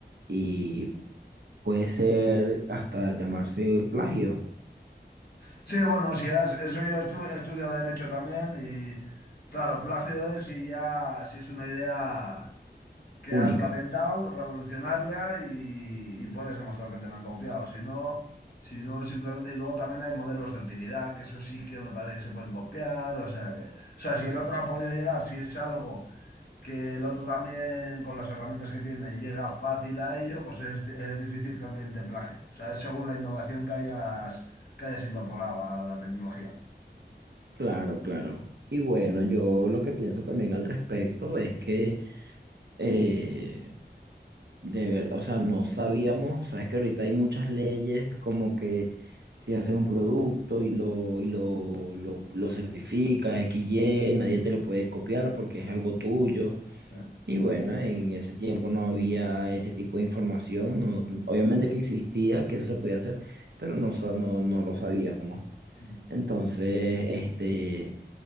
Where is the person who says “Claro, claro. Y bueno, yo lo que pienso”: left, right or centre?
Right